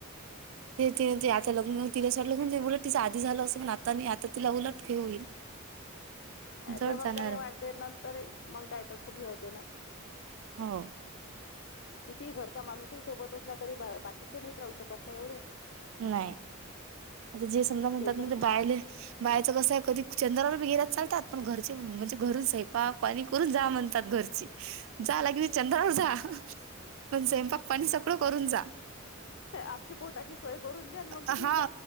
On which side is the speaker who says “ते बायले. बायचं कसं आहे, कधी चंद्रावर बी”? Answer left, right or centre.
Right